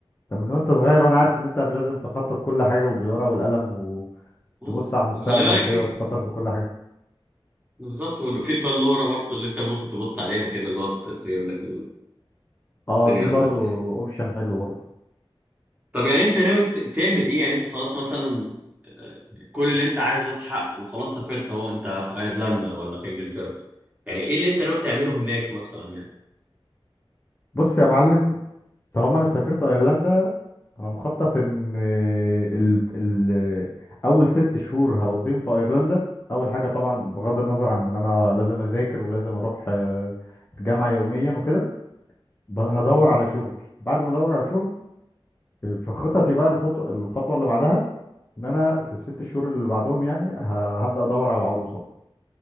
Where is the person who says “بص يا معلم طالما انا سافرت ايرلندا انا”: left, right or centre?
Left